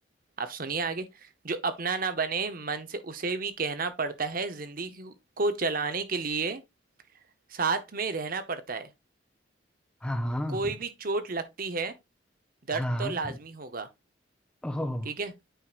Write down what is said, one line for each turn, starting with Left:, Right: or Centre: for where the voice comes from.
Right: आप सुनिए आगे जो अपना ना बने मन से उसे भी कहना पड़ता है जिंदगी को चलाने के लिए साथ में रहना पड़ता है
Centre: हाँ हाँ
Right: कोई भी चोट लगती है
Centre: हाँ
Right: दर्द तो लाजमी होगा
Centre: ओह
Right: ठीक है